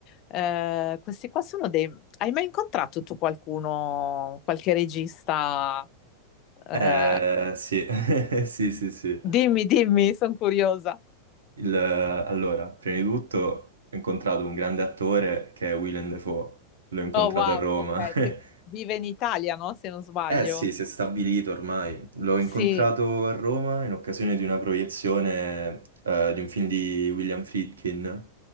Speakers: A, on the left; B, on the right.
A: eh, questi qua sono dei... Hai mai incontrato tu qualcuno, qualche regista? Eh,
B: Eh, sì, <laughs> sì, sì, sì.
A: dimmi, dimmi, sono curiosa.
B: Il- allora, prima di tutto ho incontrato un grande attore che è Willem Dafoe, l'ho incontrato
A: Oh, wow,
B: a Roma.
A: ok,
B: <laughs>
A: che vive in Italia, no? Se non sbaglio.
B: Eh sì, si è stabilito ormai. L'ho incontrato
A: Sì,
B: a Roma in occasione di una proiezione eh, di un film di William Friedkin,